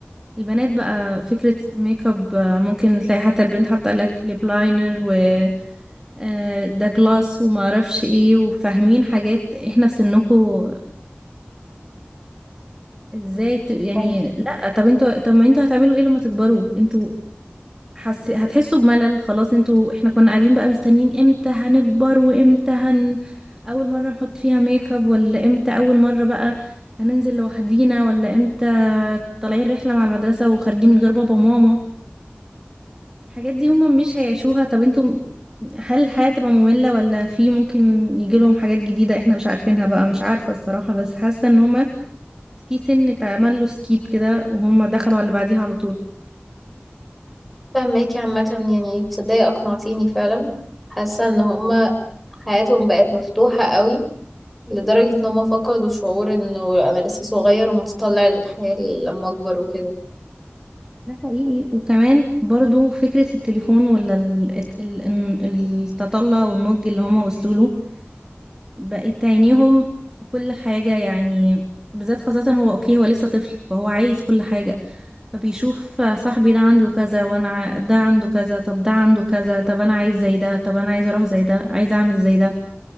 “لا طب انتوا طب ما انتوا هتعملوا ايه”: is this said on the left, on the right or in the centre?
Right